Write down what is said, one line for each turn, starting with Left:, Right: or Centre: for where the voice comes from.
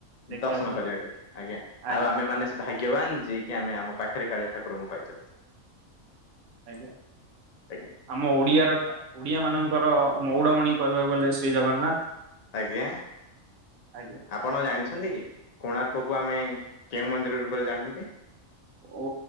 Right: ଦେଖିବା
Left: ଦର୍ଶନ
Right: ପାଇଁ
Left: କରିବାକୁ ଆଜ୍ଞା
Right: ଆଜ୍ଞା
Left: ଆଉ ଆମେ ମାନେ ସେ ଭାଗ୍‌ ଭାଗ୍ୟବାନ୍‌ ଯେ କି ଆମେ ଆମ ପାଖେରେ କାଳିଆ ଠାକୁରଙ୍କୁ ପାଇଛନ୍ତି।
Right: ଆଜ୍ଞା।
Left: ଆଜ୍ଞା
Right: ଆମ ଓଡିଆର ଠା ଓଡିଆ ମାନଙ୍କର ମଉଡମଣି କହିବାକୁ ଗଲେ ଶ୍ରୀ ଜଗନ୍ନାଥ।
Left: ଆଜ୍ଞା?
Right: ଆଜ୍ଞା।
Left: ଆପଣ ଜାଣିଛନ୍ତି କି କୋଣାର୍କକୁ ଆମେ କେଉଁ ମନ୍ଦିର ରୂପରେ ଜାଣନ୍ତି?
Right: ଓ